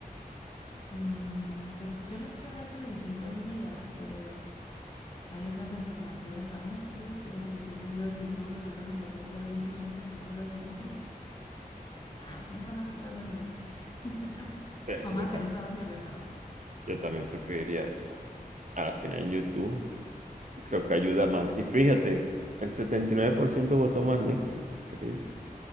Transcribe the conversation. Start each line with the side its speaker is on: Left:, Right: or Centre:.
Left: Mm, pues yo no es que vea televisión todo el día, pero hay otras alternativas a Netflix, pero si entonces veo YouTube, resulta que luego puedo incluso encontrar cosas de Netflix. Ah, nunca más poder ver Netflix. <laughs>
Right: Sí,
Left: Vamos
Right: yo
Left: a ser
Right: tam-
Left: osados y arriesgados.
Right: yo también preferiría eso. A la final en YouTube. creo que ayuda más. Y fíjate, el 79% votó más Netflix. Increíble.